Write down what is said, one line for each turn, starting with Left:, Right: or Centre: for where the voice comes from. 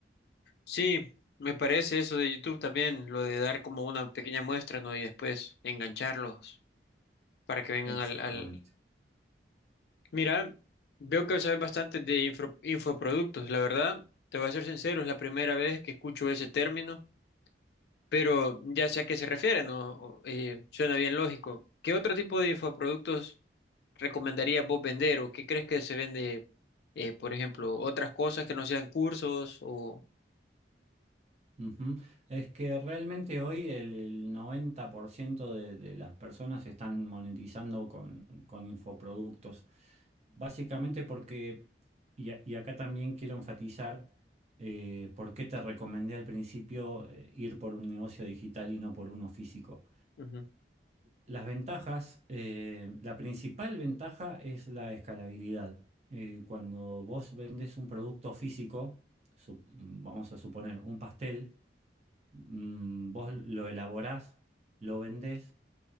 Left: Sí, me parece eso de YouTube también, lo de dar como una pequeña muestra, ¿no? Y después engancharlos para que vengan
Right: Exactamente.
Left: al, al... Mira, veo que sabes bastante de infro- infoproductos, la verdad, te voy a ser sincero, es la primera vez que escucho ese término, pero ya sé a qué se refiere, ¿no? O- eh, suena bien lógico. ¿Qué otro tipo de infoproductos? recomendarías vos vender o qué crees que se vende, eh, por ejemplo, otras cosas que no sean cursos o...
Right: Ujú. Es que realmente hoy el 90% de, de las personas están monetizando con, con infoproductos. Básicamente porque, y, a- y acá también quiero enfatizar eh, por qué te recomendé al principio eh, ir por un negocio digital y no por uno físico.
Left: Ujú,
Right: Las ventajas, eh, la principal ventaja es la escalabilidad. Eh, cuando vos vendés un producto físico, sup- vamos a suponer un pastel, Mm, vos lo elaborás, lo vendés